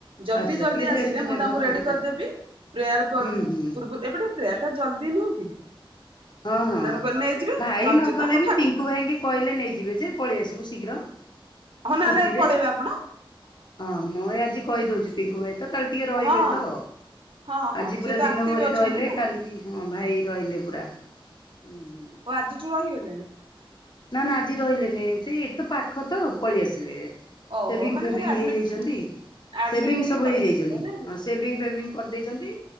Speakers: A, on the right; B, on the left.
A: ଯଦି
B: ଆଚ୍ଛା
A: ଜଲ୍ଦି
B: ଟିକେ
A: ଆସିଲେ
B: ରେଷ୍ଟ
A: ମୁଁ
B: ନେବେ
A: ତାଙ୍କୁ
B: ନା
A: ରେଡି
B: ହୁଁ
A: କରଦେବି ପ୍ରେୟାର ପରେ
B: ହୁଁ ହୁଁ
A: ପୂର୍ବ ଏପଟେ ପ୍ରେୟାର୍ ଟା ଜଲ୍ଦି ନୁହେଁ କି?
B: ହଁ ହଁ
A: ତେଣୁକରି ନେଇଯିବେ
B: ଭାଇ
A: ନଚେତ
B: ନଗଲେ
A: ଆମ
B: ବି
A: ଠା
B: ପିଙ୍କୁ ଭାଇଙ୍କି କହିଲେ ନେଇଯିବେ ଯେ ପଳେଇ ଆସିବୁ ଶୀଘ୍ର।
A: ହଁ ନହେଲେ
B: ସ୍କୁଟିରେ
A: ପଳେଇବେ ଆପଣ
B: ହଁ ମୁଁ ଆଜି କହିଦଉଚି ପିଙ୍କୁ ଭାଇ ତ କାଲି ଟିକେ ରହିବେ
A: ହଁ
B: ତ
A: ହଁ ହଁ
B: ଆଜି
A: ସିଏ
B: ପୁରା
A: ତ
B: ଦିନ
A: ଆକ୍ଟିଭ
B: ଭରି
A: ଅଛନ୍ତି
B: ରହିଲେ
A: ନା
B: କାଲି ହଁ ଭାଇ ରହିଲେ ପୁରା। ଉ-ହୁଁ।
A: ଓ ଆଜିଠୁ ରହିଗଲେ?
B: ନା ନା ଆଜି ରହିଲେନି ସେ ଏଇଠେ ପାଖ ତ ପଳେଇ ଆସିଲେ
A: ଓହୋ
B: ସେଭିଙ୍ଗ୍
A: ମାନେ
B: ଫେବିଙ୍ଗ୍
A: ଖାଲି ଆଡମିଟ
B: ହେଇଯାଇଚନ୍ତି
A: ଆଡମିଟ
B: ସେଭିଙ୍ଗ୍
A: ହେଇକି
B: ସବୁ
A: ପଳେଇ
B: ହେଇଯାଇଚନ୍ତି
A: ଆସିଥିଲେ ନା କି?
B: ହଁ ସେ ସେଭିଙ୍ଗ୍ ଫେବିଙ୍ଗ୍ କରିଦେଇଚନ୍ତି